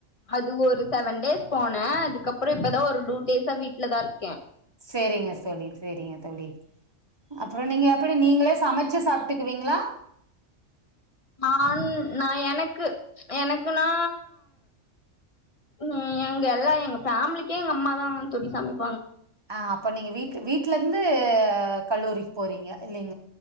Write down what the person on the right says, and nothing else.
செரிங்க தோழி செரிங்க தோழி அப்புற நீங்க எப்பிடி நீங்களே சமைச்சு சாப்ட்டுக்குவிங்ளா
ஆ அப்ப நீங்க வீட் வீட்ல இருந்து அ கல்லூரிக்கு போறீங்க இல்லைங்க